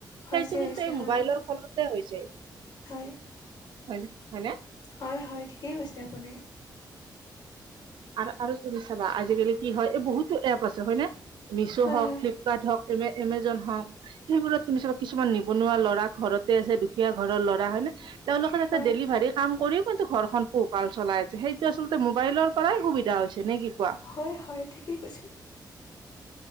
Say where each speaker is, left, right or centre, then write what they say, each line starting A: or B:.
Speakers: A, on the left; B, on the right.
A: হৈছে
B: সেইটো
A: হৈছে
B: কিন্তু এই মোবাইলৰ
A: হয়
B: ফলতে হৈ যায়।
A: হয়।
B: হয়, হয়নে?
A: হয় হয়, ঠিকেই কৈছে আপুনি।
B: আৰু আৰু তুমি চাবা আজিকালি কি হয় এই বহুতো এপ আছে হয়নে মিছ
A: হয়
B: হওক
A: হয়
B: ফ্লিপ। ভাত হওক, এমে এমেজন হওঁক। সেইবোৰত তুমি চাবা, কিছুমান নিবনুৱা ল'ৰা ঘৰতে আছে, দুখীয়া ঘৰৰ ল'ৰা হ'য় নে। তেওঁলোকে তাতে
A: হয়
B: ডেলিভাৰী কাম কৰিও কিন্তু ঘৰখন পোহ ভাল চলাই আছে, সেইটো আচলতে মোবাইলৰ কৰাই সুবিধা হৈছে নে কি কোৱা।
A: হয় হয়, ঠিকেই কৈছে।